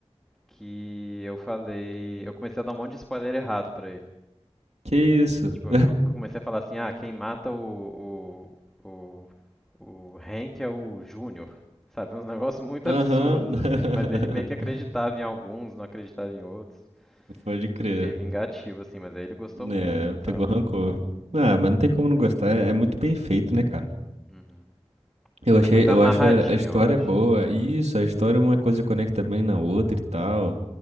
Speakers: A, in the centre; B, on the right.
A: que eu falei, eu comecei a dar um monte de spoiler errado pra ele.
B: Que isso?
A: Tipo,
B: <laughs>
A: eu comecei a falar assim, ah, quem mata o, o, o, o Hank é o Júnior. Sabe, uns negócios muito
B: Aham.
A: absurdos, assim. Mas ele meio que acreditava
B: <laughs>
A: em alguns, não acreditava em outros.
B: Pode crer.
A: Fiquei vingativo, assim, mas aí ele gostou muito
B: É,
A: e tal.
B: pegou rancor. Ah, mas não tem como não gostar. É é muito bem feito, né, cara?
A: Uhum.
B: Eu achei,
A: É muito
B: eu
A: amarradinho,
B: acho a a história
A: eu acho.
B: boa.
A: <laughs>
B: e Isso, a história uma coisa conecta bem na outra e tal.